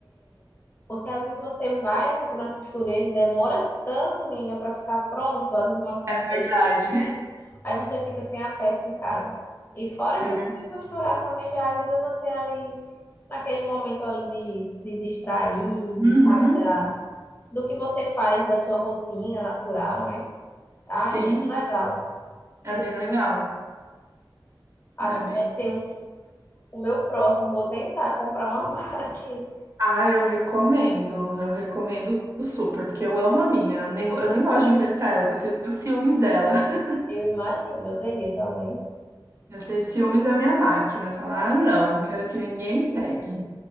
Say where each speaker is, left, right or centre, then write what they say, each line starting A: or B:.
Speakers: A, on the left; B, on the right.
A: Porque às vezes você vai nessa- na costureira e demora tanto, menina, para ficar pronto. Às vezes uma
B: É verdade,
A: besteirinha. Aí você fica sem a peça em casa. E fora
B: é
A: que
B: verdade.
A: você costurar também já ajuda você ali, naquele momento ali de, de distrair,
B: Uhum.
A: de sair da, do que você faz, da sua rotina natural, né? Ah,
B: Sim,
A: é muito legal.
B: é
A: E
B: bem legal.
A: acho
B: É
A: que
B: bem...
A: vai ser um- o meu próximo. Eu vou tentar comprar uma <laughs> máquina.
B: Ah, eu recomendo. Eu recomendo super, porque eu amo a minha. Eu nem, eu nem gosto de emprestar ela, que eu tenho ciúmes dela. <laughs>
A: Eu imagino, eu teria também.
B: Eu tenho ciúmes da minha máquina. Falar, ah, não, não quero que ninguém pegue.